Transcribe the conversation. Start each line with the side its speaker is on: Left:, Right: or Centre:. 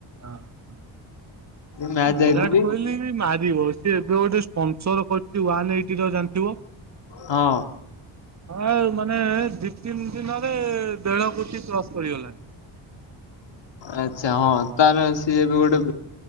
Right: ହଁ
Left: ମ୍ୟାଚ୍
Right: ବିରାଟ
Left: ଯାଇଥିଲି
Right: କୋହଲି ମାରିବ ସିଏ ଏବେ ଗୋଟେ ସ୍ପଂସର କରିଛି ୱାନ୍ ଏଇଟିତ ଜାଣିଥିବ।
Left: ହଁ
Right: ଆଁଉ ମାନେ ଦି ତିନି ଦିନରେ ତେର କୋଟି କ୍ରସ୍ କରିଗଲାଣି।
Left: ଆଚ୍ଛା ହଁ ତାର ସିଏ ଏବେ ଗୋଟେ